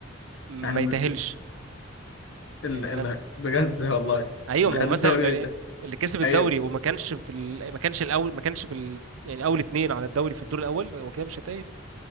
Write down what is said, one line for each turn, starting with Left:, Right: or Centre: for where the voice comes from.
Right: ما
Left: احنا من-
Right: يتأهلش
Left: ال-
Right: يعني انا
Left: ال- بجد والله
Right: ايوه
Left: اللي
Right: ما
Left: خد
Right: هو مثلا
Left: الدوري
Right: لو-
Left: بتاعي
Right: اللي كسب الدوري
Left: ايوه
Right: وما كانش في ال... ما كانش الاول ما كانش في ال... يعني اول اتنين على الدوري في الدور الاول هو كده مش هيتأهل